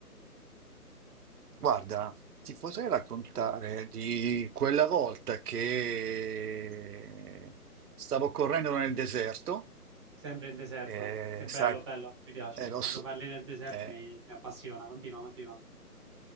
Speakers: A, on the right (about 70°); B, on the right (about 15°).
A: Guarda, ti potrei raccontare di quella volta che stavo correndo nel deserto,
B: Sempre il deserto,
A: eh,
B: che bello,
A: sai,
B: bello, mi piace.
A: e lo
B: Quando
A: so-
B: parli del deserto
A: eh,
B: mi, mi appassiona, continua, continua.